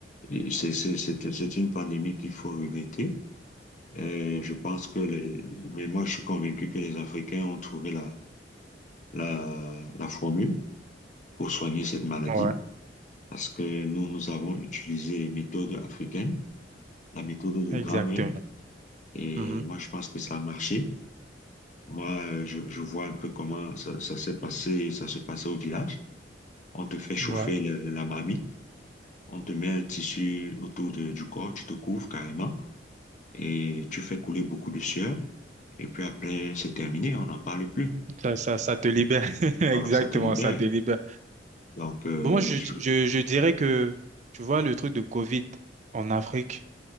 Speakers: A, on the left; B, on the right.
A: et c'est c'est- c'est- c'est une pandémie qu'il faut regretter. Euh, je pense que les, mais moi je suis convaincu que les Africains ont trouvé la, la, la formule pour soigner cette maladie
B: Ouais,
A: parce que nous, nous avons utilisé les méthodes africaines, la méthode de
B: exactement.
A: grammaire et
B: Mhm.
A: moi je pense que ça a marché. Moi, euh, je, je vois un peu comment ça, ça s'est passé, ça se passait au village. On te fait chauffer
B: Ouais.
A: le- la marmite, on te met un tissu autour de- du corps, tu te couvres carrément et tu fais couler beaucoup de sueur. Et puis après, c'est terminé, on n'en parle plus.
B: Ça, ça, ça te libère. <laughs> Exactement,
A: Voilà, ça te libère.
B: ça te libère.
A: Donc, euh,
B: Bon, moi, je,
A: les choses.
B: je, je dirais que, tu vois, le truc de Covid en Afrique,